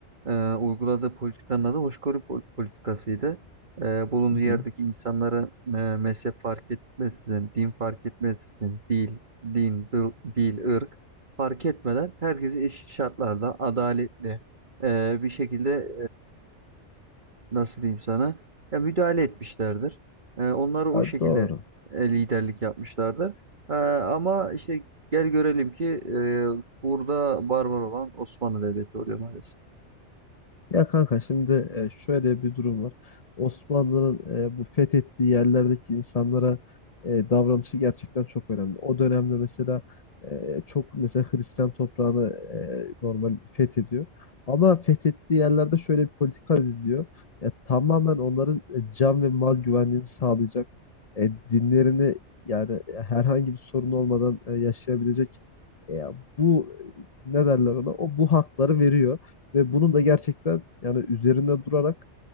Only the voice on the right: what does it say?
e, uyguladığı politikanın adı hoşgörü pol- politikasıydı. e, bulunduğu
yerdeki insanlara e, mezhep fark etmeksizin, din fark etmeksizin, dil, din, dil, dil, ırk fark etmeden herkesi eşit şartlarda adaletli e, bir şekilde e, nasıl diyeyim sana ya müdahale etmişlerdir. E, onları o
şekilde
e, liderlik yapmışlardır. E, ama işte gel görelim ki e, burada barbar olan Osmanlı Devleti oluyor maalesef.